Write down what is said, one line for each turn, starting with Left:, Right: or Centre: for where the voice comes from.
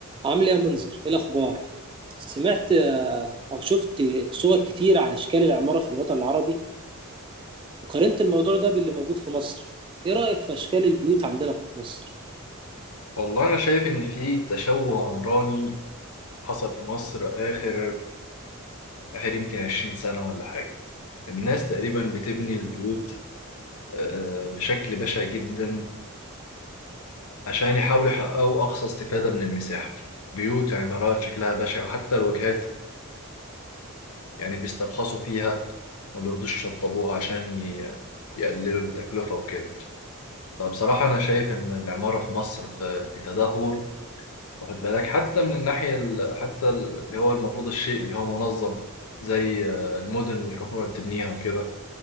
Right: عامل ايه يا منذر؟ ايه الاخبار؟ سمعت آه، او شفت صور كتير عن اشكال العمارة في الوطن العربي وقارنت الموضوع ده باللي موجود في مصر. ايه رأيك في اشكال البيوت عندنا في مصر؟
Left: والله أنا شايف إن في تشوه عمراني حصل في مصر آخر آخر يمكن 20 سنة ولا حاجة الناس تقريبا بتبني البيوت آه، بشكل بشع جدا عشان يحاولوا يحققوا أقصى استفادة من المساحة بيوت عمارات شكلها بشع وحتى الواجهات يعني بيسترخصوا فيها ما بيرضوش يشطبوها عشان ي- يقللوا التكلفة وكده فبصراحة أنا شايف إن العمارة في مصر في في تدهور واخد بالك حتى من الناحية ال- حتى ال- اللي هو المفروض الشيء اللي هو منظم زي آه، المدن اللي الحكومة بتبنيها وكده